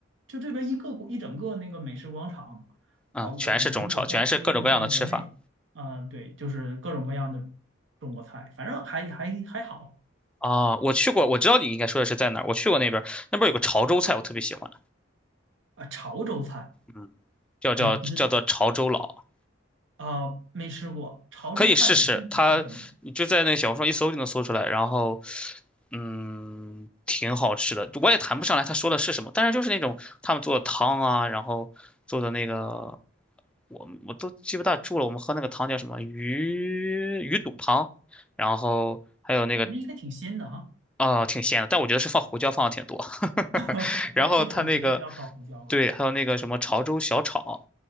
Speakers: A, on the right; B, in the centre.
A: 就这边一个国一整个那个美食广场
B: 嗯，
A: 啊，我感觉都有点像，
B: 全是中超，全是各种各样的吃法
A: 就有点像国内，啊、对，就是各种各样的中国菜，反正还还还好
B: 啊。我去过，我知道你应该说的是在哪儿。我去过那边儿，那边儿有个潮州菜，我特别喜欢。
A: 啊，潮州菜，
B: 嗯，叫叫叫做潮州佬，
A: 哎呀，不知啊、没吃过潮州菜本身是吃什么
B: 可以试试。它你就在那小红书上一搜就能搜出来，然后嗯，挺好吃的。我也谈不上来他说的是什么，但是就是那种他们做的汤啊，然后做的那个我我都记不大住了。我们喝那个汤叫什么鱼鱼肚汤，然后还有那个
A: 那应该挺新的哈、
B: 啊、挺鲜的，但我觉得是放胡椒放的挺多。<laughs>
A: <laughs>
B: 然后他那个
A: 这这种肯定都要靠胡椒味儿。
B: 对，还有那个什么潮州小炒，